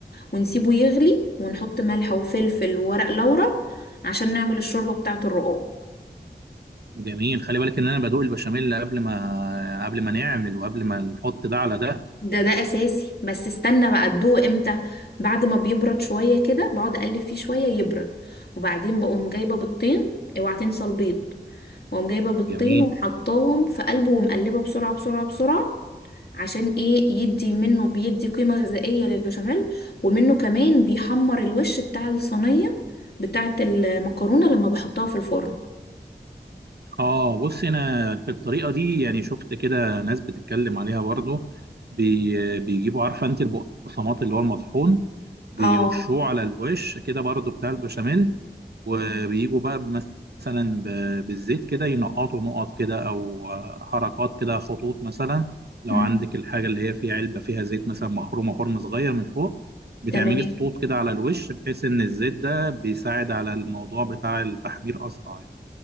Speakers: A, on the left; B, on the right.
A: ونسيبه يغلي ونحط ملح وفلفل وورق لورا عشان نعمل الشوربة بتاعة الرقاق
B: جميل خلي بالك ان انا بدوق البشاميل قبل ما قبل ما نعمل وقبل ما نحط ده على ده
A: ده ده اساسي بس استنى بقى ادوقه امتى بعد ما بيبرد شويه كده بقعد اقلب فيه شويه يبرد وبعدين بقوم جايبه بيضتين اوعى تنسى البيض واقوم جايبه بيضتين
B: جميل
A: وحطاهم في قلبه ومقلبه بسرعه بسرعه بسرعه عشان ايه يدي منه بيدي قيمه غذائيه للبشاميل ومنه كمان بيحمر الوش بتاع الصينيه بتاعه المكرونه لما بحطها في الفرن
B: اه بص انا في الطريقه دي يعني شفت كده ناس بتتكلم عليها برضه بي بيجيبوا عارفه انت البقسماط اللي هو المطحون بيرشوه
A: اه
B: على الوش كده برضه بتاع البشاميل وبيجوا بقى بمس- مثلا ب- بالزيت كده ينقطوا نقط كده او آه، حركات كده خطوط مثلا لو
A: مم.
B: عندك الحاجه اللي هي فيها علبه فيها زيت مثلا محرومه حرم صغير من فوق بتعملي
A: تمام
B: خطوط كده على الوش بحيث ان الزيت ده بيساعد على الموضوع بتاع التحمير اسرع يعني.